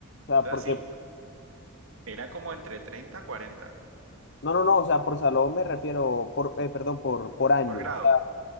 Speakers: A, on the left; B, on the right.
A: sea,
B: O sea,
A: porque,
B: sí, era como entre 30 a 40
A: no, no, no, o sea, por salón me refiero, por, eh, perdón, por, por año.
B: por grado.
A: O sea,